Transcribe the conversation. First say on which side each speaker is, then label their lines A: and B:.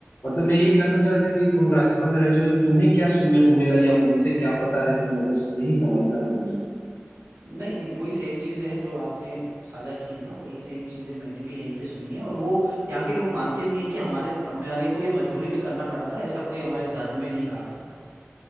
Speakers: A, on the left; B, on the right.
A: मतलब मैं यही जानना चाहता था कि तुम राजस्थान में रह चुके हो, तो तुम्हें क्या सुनने को मिला या उनसे क्या पता है तुम्हें बस यही समझना था मुझे
B: नहीं नहीं वही सेम चीज़ें हैं जो आपने साझा की है ना वही सेम चीज़ें मैंने भी यहीं पे सुनी है और वो यहाँ के लोग मानते भी हैं कि हमारे हमारे को ये मजबूरी में करना पड़ा था ऐसा कोई हमारे धर्म में नहीं कहा गया था